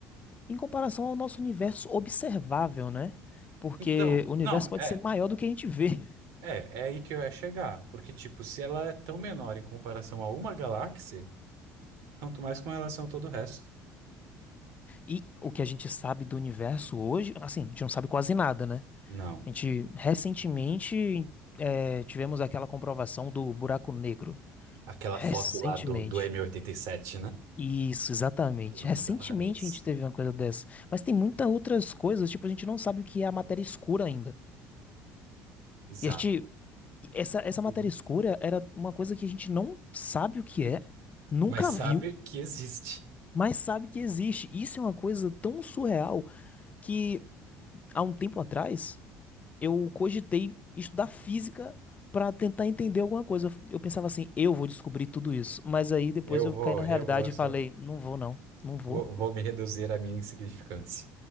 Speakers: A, on the left; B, on the right.
A: em comparação ao nosso universo observável, né? Porque
B: Então,
A: o universo
B: não,
A: pode
B: é.
A: ser maior do que a gente vê.
B: É, é aí que eu ia chegar, porque, tipo, se ela é tão menor em comparação a uma galáxia, Quanto mais com relação a todo o resto.
A: E o que a gente sabe do universo hoje, assim, a gente não sabe quase nada, né?
B: Não.
A: A gente recentemente eh, tivemos aquela comprovação do buraco negro.
B: Aquela
A: Recentemente.
B: foto lá do, do m oitenta e sete, né?
A: Isso, exatamente.
B: Se eu não
A: Recentemente
B: me engano, era esse.
A: a gente teve uma coisa dessa. Mas tem muitas outras coisas, tipo, a gente não sabe o que é a matéria escura ainda.
B: Exato.
A: E a gente, essa, essa matéria
B: Uhum.
A: escura era uma coisa que a gente não sabe o que é, nunca
B: Mas sabe
A: viu.
B: que existe.
A: mas sabe que existe. Isso é uma coisa tão surreal que há um tempo atrás eu cogitei estudar física para tentar entender alguma coisa. Eu pensava assim, eu vou descobrir tudo isso. Mas aí depois
B: Eu
A: eu
B: vou
A: caí na
B: revolucionar.
A: realidade e falei, não vou não, não vou.
B: Vou, vou
A: <laughs>
B: me reduzir à minha insignificância.